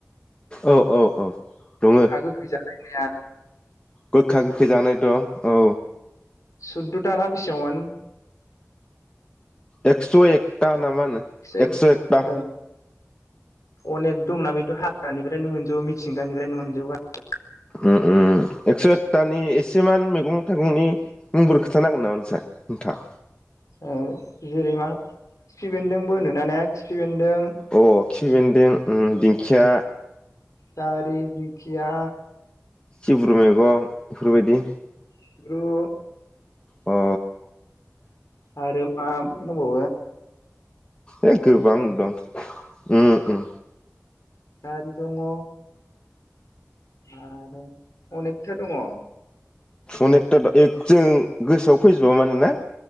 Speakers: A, on the left; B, on the left.
A: औ औ औ दङ
B: गोखा गोखै जानाय या
A: गोखा गोखै जानाय दं औ
B: सुदद'था ना बेसांमोन?
A: एक्स' एकथा ना मा होनो
B: एक
A: एक्स' एकथा
B: ओ अनेक दंना बेथ' हाग्रानिफ्रायनो मोनजोबो मि थिंगानिफ्रायनो मोनजोबो गा <unintelligible>
A: उ उ एकस' एकथानि एसेमान मैगं थाइगंनि मुंबोरै खोथा नांगोन नामा नोंसा नोंथाङा?
B: ओ जेरै मा खिफि बेन्दोंबो होनोना ने खिफि बेन दों
A: अ खिफि बेन्दों उम दिंखिया
B: जारि दिंखया
A: सिब्रु मैगं बेफोरबायदि
B: सिब्रु
A: अ
B: आरो मा होनबावो
A: ए गोबां दं उम उम
B: <inaudible> जारि दङ आरो अनेखथा दङ
A: अनेकथा एक जों गोसोआव फैजोबा माने ना